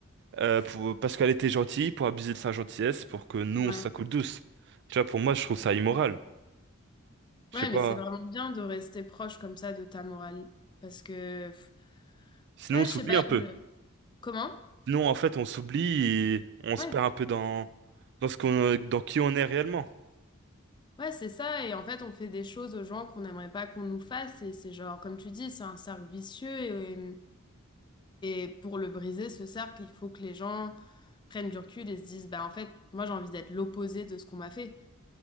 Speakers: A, on the right; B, on the left.
A: euh, pour, parce qu'elle était gentille, pour abuser de sa gentillesse, pour que nous
B: Ouais.
A: on se la coule douce. Tu vois, pour moi je trouve ça immoral. Je
B: Ouais,
A: sais pas.
B: mais c'est vraiment bien de rester proche comme ça de ta morale parce que pff,
A: Sinon
B: ouais,
A: on s'oublie
B: je sais pas,
A: un peu.
B: Comment?
A: Sinon en fait on s'oublie et on se
B: Ouais,
A: perd un peu dans dans ce qu'on dans qui on est réellement.
B: ouais, c'est ça. Et en fait, on fait des choses aux gens qu'on n'aimerait pas qu'on nous fasse. Et c'est genre, comme tu dis, c'est un cercle vicieux. Et, et pour le briser, ce cercle, il faut que les gens prennent du recul et se disent, bah en fait, moi j'ai envie d'être l'opposé de ce qu'on m'a fait.